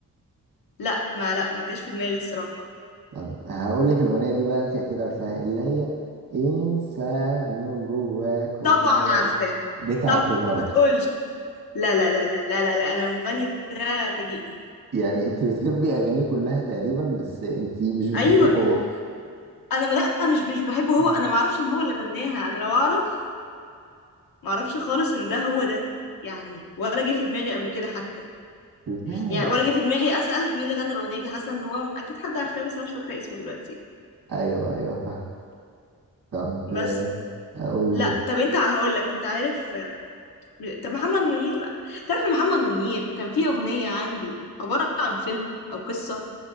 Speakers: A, on the left; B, on the right.
A: لا ما لا ما جاش في دماغي الصراحة
B: طب هقول لك الأغنية دي بقى أنت أكيد عارفاها اللي هي إنسان جواك وجواي
A: طبعا عارفاها
B: بتاعته
A: طب
B: برضه
A: ما تقولش لا لا لا لا لا لا, لا. انا المغني ده فاجئني
B: يعني أنت بتحبي أغانيه كلها تقريبا بس أنت مش بتحبي
A: ايوه
B: هو
A: انا ما- لا مش مش بحبه
B: <laughs>
A: هو انا ما اعرفش ان هو اللي غناها انا لو اعرف ما اعرفش خالص ان ده هو ده يعني ولا جه في دماغي قبل كده حتى
B: إزاي؟
A: يعني ولا جه في دماغي اسال مين اللي غنى الاغنيه دي حاسه ان هو اكيد حد عارفاه بس انا مش فاكره اسمه دلوقتي
B: أيوه أيوه فاهم طب
A: بس
B: آه، هقول
A: لا
B: لك
A: طب انت هقول لك انت عارف طب محمد منير لا تعرف محمد منير كان في اغنية عنده عبارة عن فيلم او قصة